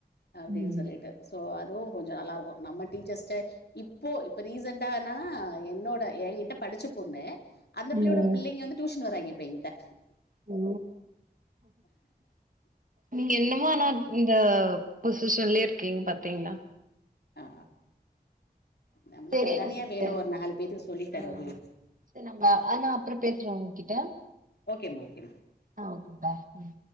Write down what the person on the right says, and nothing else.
ம்
ம்.
ஓ நீங்க என்னமு ஆனா இந்த பொசிஷன்லே இருக்கீங் பாத்தீங்ளா
செரிங்க
சிஸ்டர்
ஆ
சரி நம்ப ஆ நா அப்ற பேஸ்றே உங்கிட்ட
ஆ ஓகே பா ம்